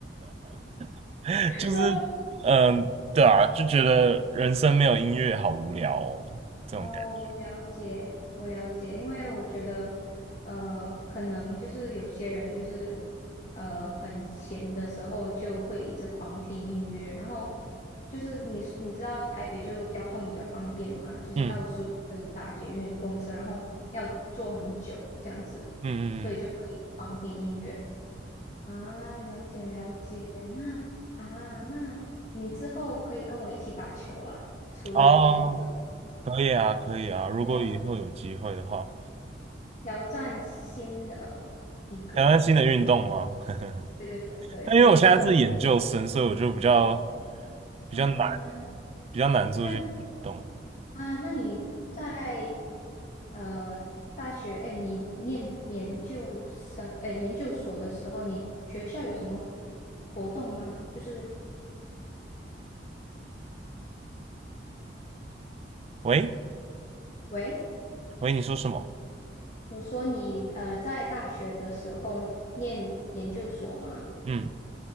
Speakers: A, on the right; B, on the left.
A: <laughs>
B: <laughs>
A: 就是嗯，对啊，就觉得人生没有音乐好无聊哦，这种感觉。
B: 哦，我了解，我了解，因为我觉得，呃，可能就是有些人就是，呃，很闲的时候就会一直狂听音乐，然后就是你你知道台北就交通比较方便嘛，就是到处都可以打捷运、
A: 嗯
B: 公车，然后要坐很久这样子，
A: 嗯嗯嗯，
B: 所以就会狂听音乐啊，了解了解，那啊，那你之后可以跟我一起打球啦，除了练舞之外。
A: 哦，可以啊，可以啊，如果以后有机会的话，
B: 对啊挑战新的一个，
A: 台湾新的运动吗？<laughs>
B: 对对对对，
A: 但因为我现在是研究生，
B: 没错
A: 所以我就比较比较难，
B: 啊。
A: 比较难做这些运动。
B: 那你啊，那你在呃大学，哎，你念研究生，哎，研究所的时候，你学校有什么活动吗？就是，
A: 喂
B: 喂，
A: 喂，你说什么？
B: 我说你呃在大学的时候念研究所吗？
A: 嗯。